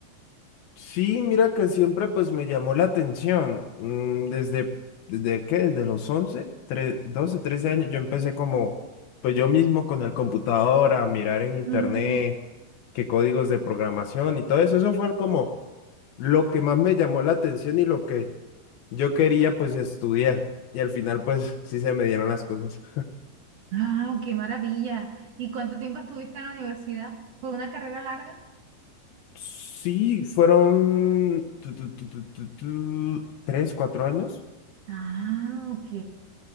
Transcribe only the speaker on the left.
Sí, mira que siempre pues me llamó la atención. Mm, Desde, ¿desde qué? Desde los 11 tre- 12 13 años yo empecé como, pues yo mismo con el computador a mirar en internet
qué códigos de programación y todo eso. Eso fue como lo que más me llamó la atención y lo que yo quería pues estudiar. Y al final pues sí se me dieron las cosas.
Sí, fueron tu, tu, tu, tu, tu, tu, tres, cuatro años